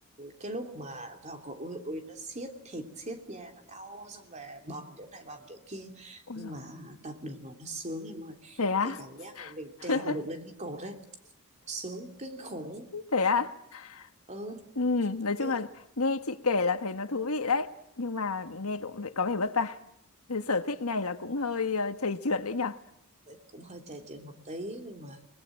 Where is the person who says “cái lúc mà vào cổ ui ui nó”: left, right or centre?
Right